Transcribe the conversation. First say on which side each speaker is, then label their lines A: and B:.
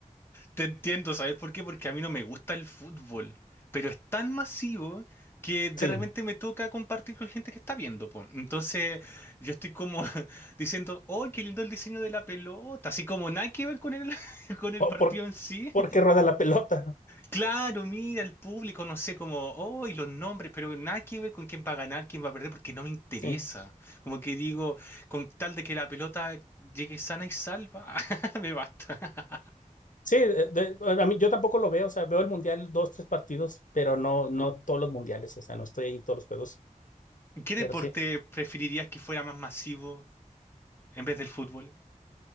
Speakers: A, on the left; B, on the left.
A: Te entiendo, ¿sabes por qué? Porque a mí no me gusta el fútbol, pero es tan masivo que de
B: Sí.
A: repente me toca compartir con gente que está viendo, po. Entonces yo estoy como <laughs> diciendo, ¡oh, qué lindo el diseño de la pelota! Así como nada que ver con el, <laughs> con el partido
B: O por,
A: en sí,
B: porque rueda la pelota.
A: Claro, mira, el público, no sé cómo, oh, y los nombres, pero nada que ver con quién va a ganar, quién va a perder, porque no me interesa.
B: Sí.
A: Como que digo, con tal de que la pelota llegue sana y salva, <laughs> me basta.
B: Sí, de- de- bueno, a mí, yo tampoco lo veo, o sea, veo el mundial dos, tres partidos, pero no, no todos los mundiales, o sea, no estoy ahí en todos los juegos,
A: ¿Qué deporte
B: pero sí,
A: preferirías que fuera más masivo en vez del fútbol?